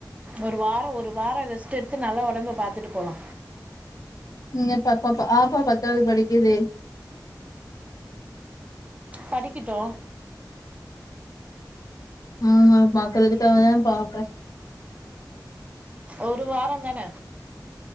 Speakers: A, on the right (about 20°); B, on the left (about 50°).
A: ஒரு வார ஒரு வார ரெஸ்ட் எடுத்து நல்லா உடம்ப பாத்துட்டு போலா
B: நீங்க பப்ப பா ஆப்பா பத்தாது படிக்குது
A: படிக்கிட்டு
B: ம் அ பாக்குறதுக்காகதா பார்க்க
A: ஒரு வாரந்தான